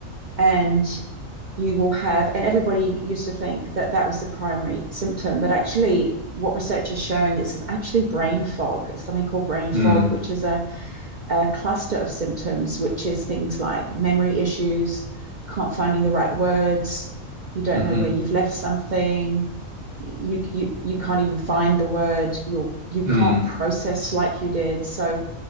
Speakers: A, on the right (about 55°); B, on the right (about 15°).
A: and you will have and everybody used to think that that was the primary symptom but actually what research is showing is it's actually brain fog it's something called brain fog
B: mm,
A: which is a a cluster of symptoms, which is things like memory issues, can't finding the right words, you don't
B: mm-hmm,
A: know where you've left something, you you you can't even find the word, you're you can't
B: mm,
A: process like you did. So,